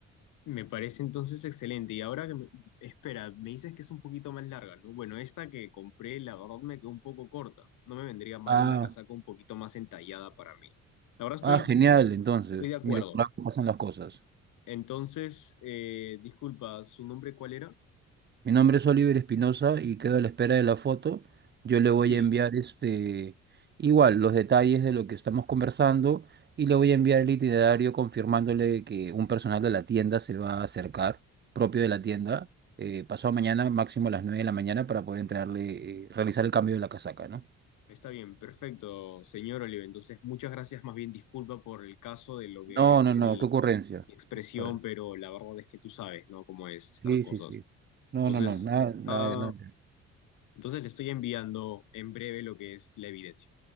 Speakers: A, on the left (about 90°); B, on the right (about 35°).
A: Me parece entonces excelente. Y ahora que me... Espera, me dices que es un poquito más larga, ¿no? Bueno, esta que compré, la verdad me quedó un poco corta. No me vendría mal
B: Ah,
A: una casaca un poquito más entallada para mí. La verdad estoy,
B: ah, genial, entonces.
A: estoy de acuerdo.
B: Mira, por algo pasan las cosas.
A: Entonces, eh, disculpa, ¿su nombre cuál era?
B: Mi nombre es Oliver Espinosa y quedo a la espera de la foto. Yo le voy
A: Sí.
B: a enviar este igual los detalles de lo que estamos conversando y le voy a enviar el itinerario confirmándole que un personal de la tienda se va a acercar, propio de la tienda, eh, pasado mañana, máximo a las 9 de la mañana, para poder entregarle, eh, realizar el cambio de la casaca, ¿no?
A: Está bien, perfecto, señor Olive. Entonces, muchas gracias. Más bien, disculpa por el caso de lo que
B: No,
A: es
B: no,
A: mi,
B: no, qué ocurrencia.
A: mi expresión,
B: Órale.
A: pero la verdad es que tú sabes, ¿no? Cómo es estas
B: Sí,
A: cosas.
B: sí, sí. No,
A: Entonces,
B: no, no, nada, nada,
A: está,
B: nada.
A: entonces le estoy enviando en breve lo que es la evidencia.